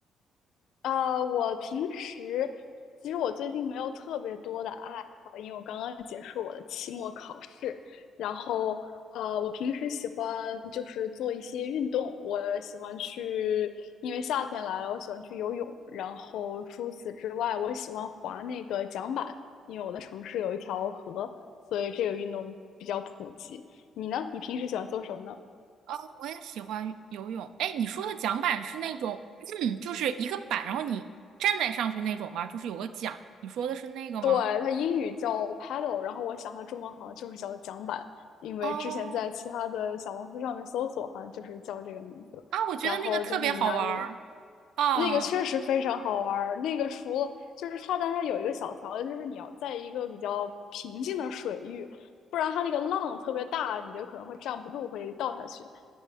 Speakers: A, on the left; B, on the right.
A: 呃，我平时其实我最近没有特别多的爱好，因为我刚刚结束我的期末考试。然后，呃，我平时喜欢就是做一些运动，我喜欢去，因为夏天来了，我喜欢去游泳。然后除此之外，我喜欢滑那个桨板，因为我的城市有一条河，所以这个运动比较普及。你呢？你平时喜欢做什么呢？
B: 哦，我也喜欢游泳。哎，你说的桨板是那种，<clears throat> 嗯，就是一个板，然后你站在上去那种吗？就是有个桨。你说的是那个吗？
A: 对，它英语叫 Paddle，然后我想它中文好像就是叫桨板，因为之前在其他的小红书上面搜索，
B: 哦，
A: 好像就是叫这个名字。
B: 啊，我觉得那个特别好玩儿
A: 然后就是你拿一个，
B: 啊，
A: 那个确实非常好玩儿。那个除了就是它，但它有一个小条件，就是你要在一个比较平静的水域，不然它那个浪特别大，你就可能会站不住，会倒下去。